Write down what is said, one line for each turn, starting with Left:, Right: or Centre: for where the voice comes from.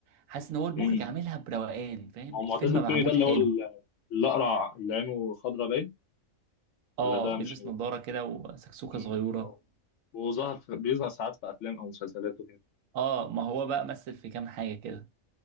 Right: حاسس ان هو المخرج
Left: امم
Right: عاملها بروقان فاهم
Left: هو معتز
Right: الفيلم معمول
Left: التوني ده اللي
Right: حلو
Left: هو ال- الاقرع اللي عينه خضرا باين
Right: اه
Left: ولا ده مش
Right: بيلبس نظاره كده وسكسوكه
Left: مم.
Right: صغيره
Left: اهو وظهر في... بيظهر ساعات في افلام او مسلسلات وكده
Right: اه ما هو بقى مثل في كام حاجه كده